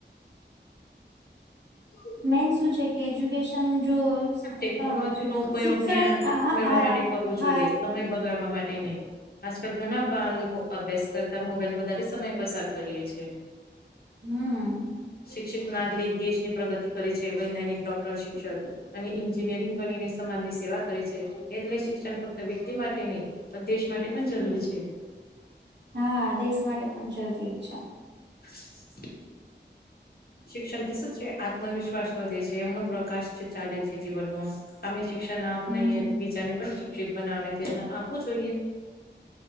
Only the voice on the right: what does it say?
મેન શું છે કે એજ્યુકેશ સન જો,
આ
શિક્ષણ
આહા
હા
ઇ
હમ્મ
હા, દેશ માટે પણ જરૂરી છે.
હમ